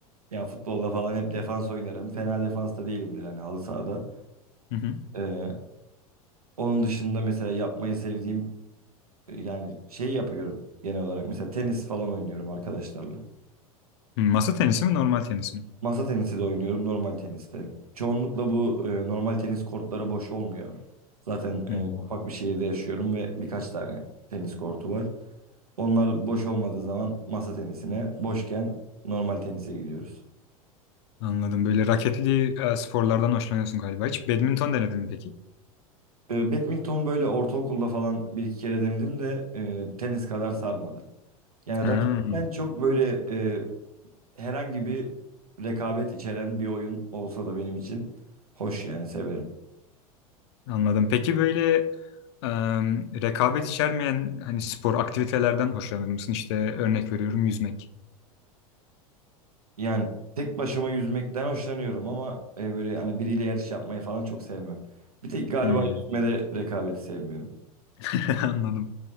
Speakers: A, on the right; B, on the left.
A: ya futbolda falan hep defans oynarım. Fena defans da değilimdir hani halı sahada.
B: <laughs>
A: Ee, onun dışında mesela yapmayı sevdiğim e, yani şey yapıyorum genel olarak. Mesela tenis falan oynuyorum arkadaşlarla.
B: Hmm, Masa tenisi mi normal tenis mi?
A: Masa tenisi de oynuyorum normal teniste. Çoğunlukla bu e, normal tenis kortları boş olmuyor. Zaten
B: Hmm,
A: e, ufak bir şehirde yaşıyorum ve birkaç tane tenis kortu var. Onlar boş olmadığı zaman masa tenisine, boşken normal tenise gidiyoruz.
B: Anladım. Böyle raketli e, sporlardan hoşlanıyorsun galiba. Hiç badminton denedin mi peki?
A: E, badminton böyle ortaokulda falan bir iki kere denedim de e, tenis kadar sarmadı. Yani
B: Ha,
A: raketten çok böyle e, herhangi bir rekabet içeren bir oyun olsa da benim için hoş yani severim.
B: anladım. Peki böyle e, rekabet içermeyen hani spor aktivitelerden hoşlanır mısın? İşte örnek veriyorum yüzmek.
A: Yani tek başıma yüzmekten hoşlanıyorum ama e, böyle hani biriyle yarış yapmayı falan çok sevmem. Bir tek galiba
B: Hmm,
A: yüzmede rekabeti sevmiyorum.
B: <laughs> Anladım.